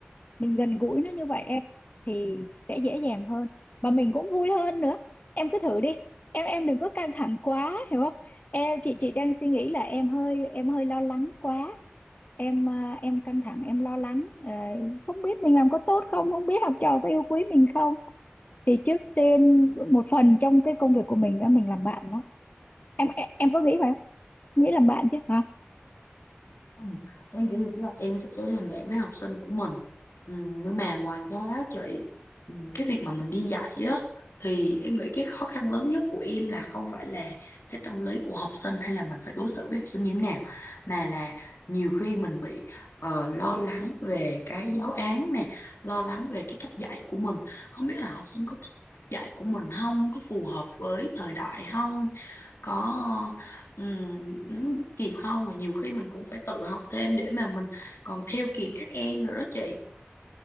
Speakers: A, on the left (about 40°); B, on the left (about 75°).
A: mình gần gũi nó như vậy em thì sẽ dễ dàng hơn mà mình cũng vui hơn nữa em cứ thử đi em em đừng có căng thẳng quá hiểu không em chị chị đang suy nghĩ là em hơi em hơi lo lắng quá em à, em căng thẳng em lo lắng ờ, không biết mình làm có tốt không không biết học trò có yêu quý mình không thì trước tiên một phần trong cái công việc của mình đó mình làm bạn đó em em, em có nghĩ vậy không nghĩ làm bạn chứ hả
B: Ừ. Em cũng nghĩ là em sẽ làm bạn với học sinh của mình ừ, nhưng mà ngoài ra á chị ừ, cái việc mà mình đi dạy á thì em nghĩ cái khó khăn lớn nhất của em là không phải là cái tâm lý của học sinh hay là mình phải đối xử với học sinh như thế nào mà là nhiều khi mình bị ờ, lo lắng về cái giáo án nè lo lắng về cái cách dạy của mình không biết là học sinh có thích cách dạy của mình không có phù hợp với thời đại không có Ừ, nếu kịp không mà nhiều khi mình cũng phải tự học thêm để mà mình còn theo kịp các em nữa đó chị